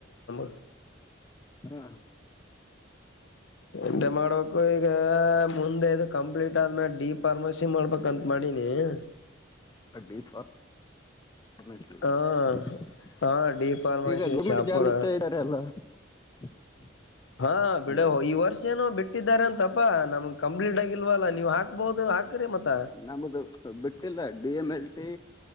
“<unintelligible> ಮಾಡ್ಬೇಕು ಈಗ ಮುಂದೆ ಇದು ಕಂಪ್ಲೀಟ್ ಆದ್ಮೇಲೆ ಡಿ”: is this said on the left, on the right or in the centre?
Left